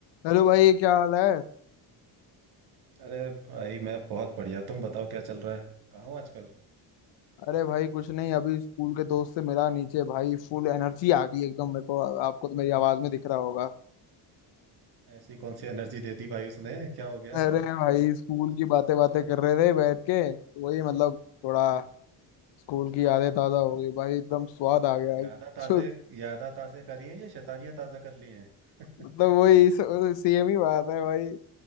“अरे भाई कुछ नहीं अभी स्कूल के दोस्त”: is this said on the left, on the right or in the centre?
Left